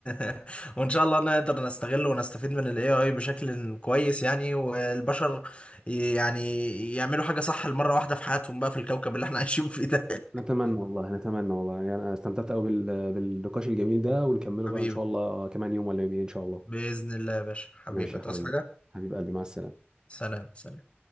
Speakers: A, on the left (about 30°); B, on the right (about 20°).
A: <laughs> وان شاء الله نقدر نستغله ونستفيد من الاي اي بشكل كويس يعني والبشر ي- يعني يعملوا حاجه صح المره واحده في حياتهم بقى في الكوكب اللي احنا عايشين فيه ده <laughs>
B: نتمنى والله نتمنى والله يعني انا استمتعت قوي بال... بالنقاش الجميل ده ونكمله
A: حبيبي
B: بقى ان شاء الله كمان يوم ولا يومين ان شاء الله
A: باذن الله يا باشا حبيبي
B: ماشي يا
A: تصحى
B: حبيبي
A: حاجه
B: حبيب قلبي مع السلامة
A: سلام سلام